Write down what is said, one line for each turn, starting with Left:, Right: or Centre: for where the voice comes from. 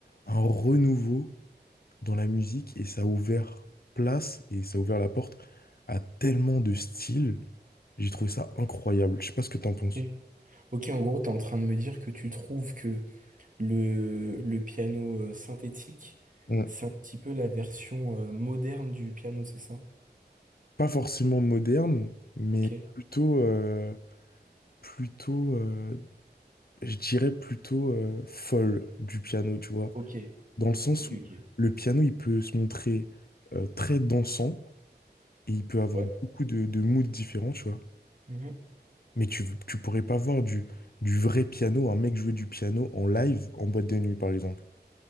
Left: un renouveau dans la musique. Et ça a ouvert place et ça a ouvert la porte à tellement de styles. J'ai trouvé ça incroyable. Je sais pas ce que t'en penses.
Right: Ok. Ok, en gros, t'es en train de me dire que tu trouves que Le, le piano euh, synthétique,
Left: Mm.
Right: c'est un petit peu la version euh, moderne du piano, c'est ça?
Left: Pas forcément moderne, mais
Right: Ok,
Left: plutôt, euh, plutôt, euh, je dirais plutôt euh, folle du piano, tu vois.
Right: ok,
Left: Dans le sens
Right: ok,
Left: où
Right: ok.
Left: le piano, il peut se montrer euh, très dansant et il peut avoir
Right: Ouais.
Left: beaucoup de, de moods différents, tu vois.
Right: Mhm.
Left: Mais tu, tu pourrais pas voir du, du vrai piano, un mec jouer du piano en live en boîte de nuit, par exemple.